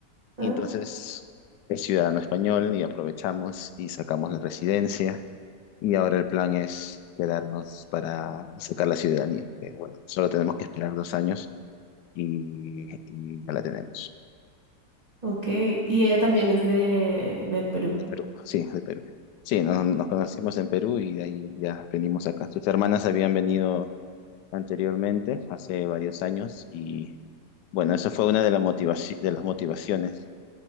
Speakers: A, on the right (about 25°); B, on the left (about 80°).
A: Ah,
B: y entonces es ciudadano español y aprovechamos y sacamos la residencia, y ahora el plan es quedarnos para sacar la ciudadanía, que bueno, solo tenemos que esperar dos años y, y ya la tenemos.
A: ok. Y ella también es de, de Perú.
B: de Perú, sí, de Perú. Sí, nos, nos conocimos en Perú y de ahí ya venimos acá. Sus hermanas habían venido anteriormente, hace varios años, y bueno, eso fue una de, la motivaci- de las motivaciones